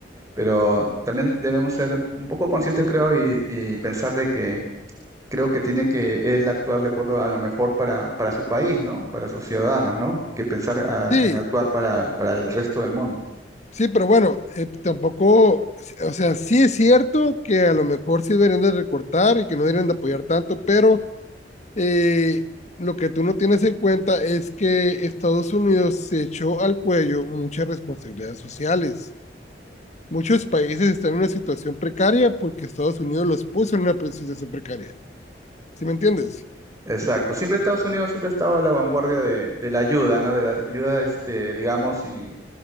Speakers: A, on the right (about 20°); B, on the left (about 40°).
A: pero también debemos ser un poco conscientes, creo, y, y pensar de que creo que tiene que él actuar de acuerdo a lo mejor para, para su país, ¿no? Para sus ciudadanos, ¿no? Que pensar ah,
B: sí,
A: en actuar para, para el resto del mundo.
B: Sí, pero bueno, eh, tampoco, o sea, sí es cierto que a lo mejor sí deberían de recortar y que no deberían de apoyar tanto, pero eh, lo que tú no tienes en cuenta es que Estados Unidos se echó al cuello muchas responsabilidades sociales. Muchos países están en una situación precaria porque Estados Unidos los puso en una situación precaria. ¿Sí me entiendes?
A: Exacto. Siempre Estados Unidos siempre ha estado a la vanguardia de, de la ayuda, ¿no? De la ayuda, este, digamos, sin,